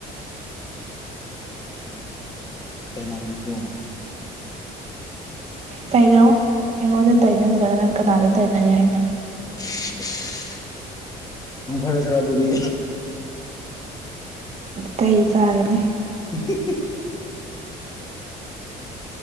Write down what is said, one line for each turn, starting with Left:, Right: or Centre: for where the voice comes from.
Left: <inaudible> ꯅꯪꯉꯣꯟꯗ ꯑꯣꯏꯅ ꯇꯥꯢꯅꯒꯅꯤꯀꯣ
Right: ꯇꯥꯢꯅꯧ ꯑꯩꯉꯣꯟꯗ ꯇꯥꯏꯅꯗ꯭ꯔꯒ ꯅꯪ ꯀꯅꯥꯗ ꯇꯩꯅꯒꯦ ꯍꯥꯏꯅꯣ
Left: ꯏꯁ ꯢꯁ ꯃꯪ ꯐꯔꯁꯤꯔꯥ ꯑꯗꯨꯗꯤ
Right: ꯆꯩ ꯆꯥꯒꯅꯤ
Left: <unintelligible>